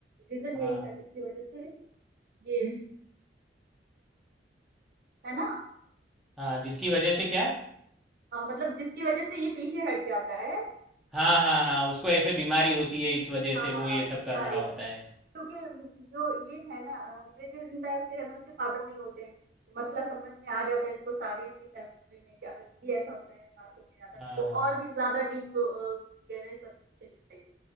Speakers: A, on the right; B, in the centre.
A: रीजन
B: हाँ
A: यही था जिसकी वजह से ये हम्म। है ना
B: हाँ जिसकी वजह से क्या
A: अ, मतलब जिसकी वजह से ये पीछे हट जाता है
B: हाँ हाँ हाँ उसको ऐसे बीमारी होती है इस वजह से
A: हाँ
B: वो ये सब
A: उसकी
B: कर
A: बारी
B: रहा होता
A: होती
B: है
A: क्योंकि जो ये है ना अ, पृथ्वी जिंटा है उसके घर में उसके फादर नहीं होते हैं तो मसला समझ में आ जाता है इसको सारी इसकी फैमिली में कि अगर वो भी ऐसा होता है साथ होके जाता है
B: हाँ
A: तो
B: हाँ
A: और भी ज्यादा डीप गहरे सब चली जाएगी